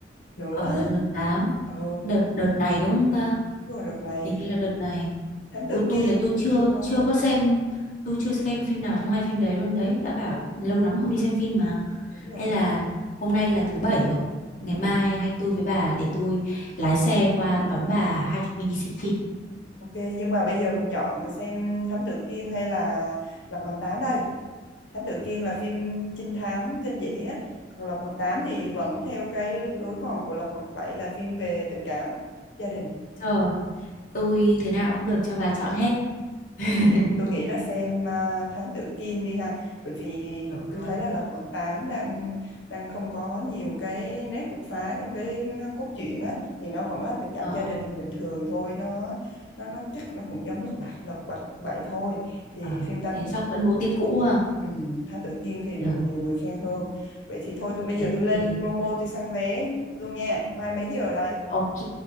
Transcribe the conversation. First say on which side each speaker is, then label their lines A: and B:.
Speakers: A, on the left (about 80°); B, on the left (about 45°).
A: nữa
B: ở lần mật tám
A: ờ
B: đợt đợt này đúng không ta
A: đúng rồi đợt này
B: hình như là đợt này
A: Thám Tử
B: ôi
A: Kiên
B: tôi là tôi chưa
A: tôi chưa coi
B: chưa có xem tôi chưa xem phim nào trong hai phim đấy luôn đấy đã bảo lâu lắm không đi xem phim mà
A: đúng rồi
B: hay là hôm nay là thứ bảy rồi
A: ừ.
B: ngày mai hay tôi với bà để tôi lái xe qua đón bà hai chúng mình đi xem phim
A: Ok nhưng mà bây giờ mình chọn xem Thám Tử Kiên hay là Lật Mặt Tám đây Thám Tử Kiên là phim trinh thám kinh dị á, còn Lật Mặt Tám thì vẫn theo cái lối mòn của Lật Mặt Bảy là phim về tình cảm gia đình.
B: Ờ, tôi thế nào cũng được cho bà chọn hết <laughs>
A: Ừ, tôi nghĩ là xem ờ, Thám Tử Kiên đi ha bởi vì
B: được luôn
A: tôi thấy là Lật Mặt tám đang đang không có nhiều cái nét đột phá trong cái ờ, cốt truyện á thì nó vẫn là tình cảm
B: ờ,
A: gia đình bình thường thôi nó nó nó chắc nó cũng giống Lật Mặt Lật Mặt bảy thôi thì
B: ờ
A: phim Thám
B: thế chắc
A: Tử
B: vẫn mô típ cũ à
A: Ừ, Thám Tử Kiên thì được
B: được
A: nhiều người khen hơn vậy thì thôi tôi bây
B: Thế
A: giờ tôi lên
B: thì
A: Momo tôi săn vé luôn nha mai mấy giờ đây
B: ok.